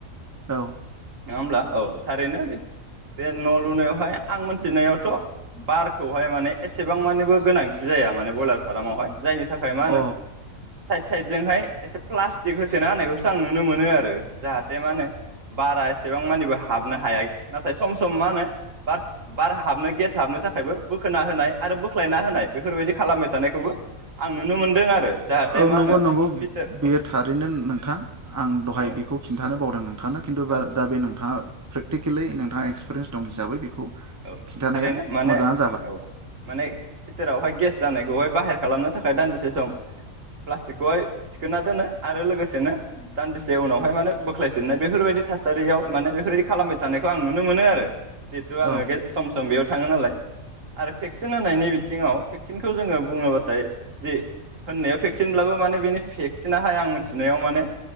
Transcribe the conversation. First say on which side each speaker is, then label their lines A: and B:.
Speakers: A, on the right (about 15°); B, on the right (about 60°).
A: औ
B: नङा होमब्ला औ थारैनो बे न' लुनायावहाय आं मोनथिनायावथ बारखौहाय माने एसेबां मानिबो गोनांथि जाया माने बयलार फार्मावहाय जायनि थाखाय मा होनो
A: अ
B: साइद साइदजोंहाय एसे प्लास्टिक होथेना होननायखौसो आं नुनो मोनो आरो जाहाथे मा होनो बारा एसेबां मानिबो हाबनो हाया नाथाय सम सम मा होनो बार बार हाबनो गेस हाबनो थाखायबो बोखोना होनाय आरो बोख्लायना होनाय बेफोरबायदि खालामबाय थानायखौबो आं नुनो मोनदों आरो जाहाथे
A: औ
B: मा
A: नंगौ
B: होनो
A: नंगौ
B: फिथार
A: थारैनो नोंथां आं दहाय
B: औ
A: बेखौ खिन्थानो बावदों नों थांनो खिन्थु बा
B: औ
A: दा बे नोंथाङा प्रेक्टिक केललि नोंथा
B: औ
A: एक्सपिरियन्स दं हिसै बेखौ
B: औ
A: खिन्थानाया
B: थारैनो माने
A: मोजाङानो
B: औ माने बिथोरावहाय गेस जानायखौहाय बाहेर खालामनो थाखाय दान्दिसे सम प्लास्टिकखौहाय थिखोना दोनो आरो लोगोसेनो दान्दिसे उनावहाय माने बोख्लायफिननाय बेफोरबायदि थासारियाव माने बेफोरबायदि खालामबाय थानाय आं नुनो मोनो आरो जिहेतु आङो
A: औ
B: सम सम बेयाव थाङो नालाय आरो भेक्सिन होनायनि बिथिङाव भेक्सिनखौ जोङो बुङो बाथाय जे होननायाव भेक्सिनब्लाबो माने बेनि भेक्सिनाहाय आं मिथिनायाव माने